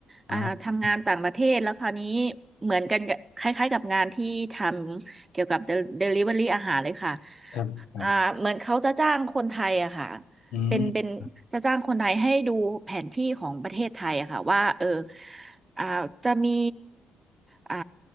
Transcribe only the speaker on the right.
อ่าทำงานต่างประเทศแล้วคราวนี้เหมือนกันกับคล้ายๆกับงานที่ทำเกี่ยวกับเดลิเวอรี่อาหารเลยค่ะ
อ่าเหมือนเขาจะจ้างคนไทยอะค่ะ
เป็นเป็นจะจ้างคนไทยให้ดูแผนที่ของประเทศไทยอะค่ะว่าเอออ่าจะมีอ่า